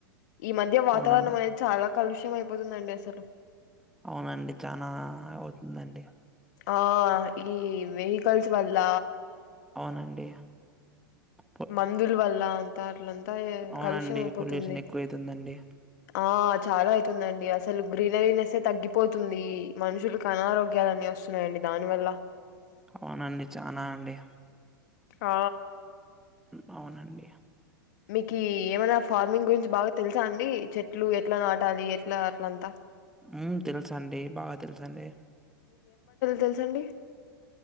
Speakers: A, on the left; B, in the centre.
A: ఈ మధ్య వాతావరణం
B: అవునండి
A: అనేది చాలా కలుష్యం అయిపోతుదండి అసలు
B: అవునండి చానా అవుతుందండి
A: ఆ ఈ వెకల్స్ వల్ల
B: అవునండి పొ
A: మందుల్ వాళ్ళ అంతర్ లంతాయే
B: అవునండి
A: కలుష్యం అయిపోతుంది.
B: పొల్యూషన్ ఎక్కువ అయితుందండి
A: ఆ చాలా అయితుందండి అసలు గ్రీనరీనెస్ ఏ తగ్గిపోతుంది, మనుషుకి అనారోగ్యాలన్ని వస్ స్తున్నాయండి దాని వల్ల.
B: అవునండి చానా అండి
A: ఆ
B: ఉమ్ అవునండి.
A: మీకి ఏమైనా ఫార్మింగ్ గురించి బాగా తెలుసా అండి, చెట్లు ఎట్లా నాటాలి, ఎట్లా అట్లంతా.
B: ఉమ్ తెల్స్ అండి, బాగా తెల్సండి.
A: తెల్సండి.